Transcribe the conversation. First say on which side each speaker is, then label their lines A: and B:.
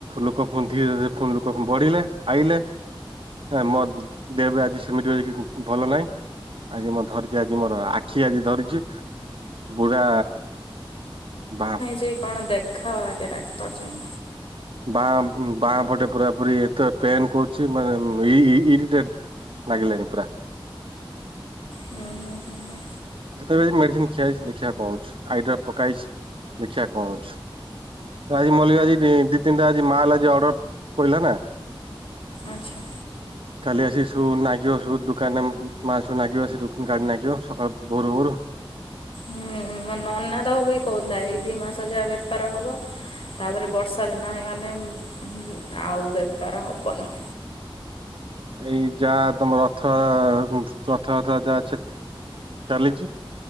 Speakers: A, on the right (about 70°); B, on the left (about 70°).
A: ଲୋକ ଫୁଲ ଧୀରେ ଧୀରେ ଫୁଲ ଲୋକ ବଢିଲେ ଆଇଲେ ହଁ ମୋ ଦେବେ ଆଜି ସେମିତି ଭଲ ନାହିଁ। ଆଜି ମୁଁ ଧରିଛି ଆଜି ମୋର ଆଖି ଆଜି ଧରିଛି। ବୁଢା ବାପ
B: ଯ କଣ ଦେଖାଅ ଆଗେ ଡାକ୍ତର ଯାଇ।
A: ବାଁ ବାଁ ପଟେ ପୁରା ପୁ ଏତେ ପେନ୍ କରୁଛି ମାନେ ଇରିଟେଡ଼। ଲାଗିଲାଣି ପୁରା।
B: ହୁଁ ହଁ ହଁ ହଁ।
A: ବେ ଯ ମେଡିସିନ ଖିଆଇସି ଦେଖିବାକୁ କହୁଛଛି ଆଇଡ୍ରା ପକେଇସି ଦେଖିବାକୁ କହୁଛଛି। ଆଜି ମଲ୍ଲିକ ଆଜି ଦି ତିନିଟା ଆଜି ମାଲ ଆଜି ଅର୍ଡର ପିଲା ନା।
B: ଆଚ୍ଛା।
A: କାଲି ଆସି ସୁ ନାଗିବ ସୁ ଦୋକାନରେ ମାସୁ ନାଗିବ ଆ ଦ କାଡ ନାଗିବ ସକାଳୁ ଭୋରୁ ଭୋରୁ।
B: ହୁଁ ମୋ ନନା ତ ବି କହୁଥିଲା ଏଇ ଦି ମାସ ଯାହା ବେପାର ହବ। ତାପରେ ବର୍ଷା ଦିନ ହେଇଗଲେ ଆଉ ବେପାର ହବନି।
A: ଏଇ ଯାହା ତମ ରଥ ରଥଥ ଯାହା ସେ ଚାଲିଛି